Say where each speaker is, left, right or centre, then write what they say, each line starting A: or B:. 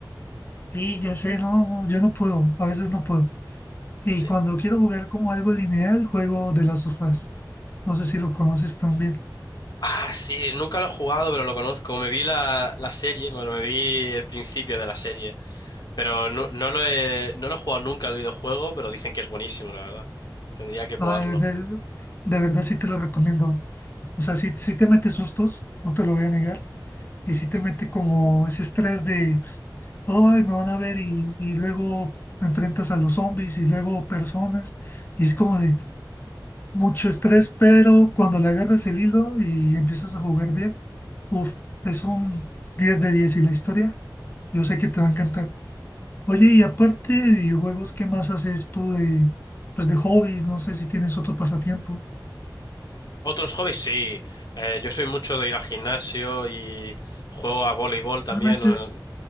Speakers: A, on the left; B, on the left.
A: sí ya sé, no, no, yo no puedo, a veces no puedo. Y
B: Sí.
A: cuando quiero jugar como algo lineal, juego de las sofás No sé si lo conoces también.
B: Ah, sí, nunca lo he jugado, pero lo conozco. Me vi la, la serie, bueno, me vi el principio de la serie, pero no, no lo he, no lo he jugado nunca el videojuego, pero dicen que es buenísimo, la verdad. Tendría que
A: Ah,
B: probarlo.
A: de, de de verdad sí te lo recomiendo. O sea, sí, sí te mete sustos, no te lo voy a negar. Y sí te mete como ese estrés de, ay, me van a ver y, y luego enfrentas a los zombies y luego personas. Y es como de mucho estrés, pero cuando le agarras el hilo y empiezas a jugar bien, uff, es un 10 de 10 y la historia, yo sé que te va a encantar. Oye, y aparte de videojuegos, ¿qué más haces tú de, pues de hobbies? No sé si tienes otro pasatiempo.
B: Otros hobbies, sí. Eh, yo soy mucho de ir al gimnasio y juego a voleibol también.
A: No me mentes.
B: eh,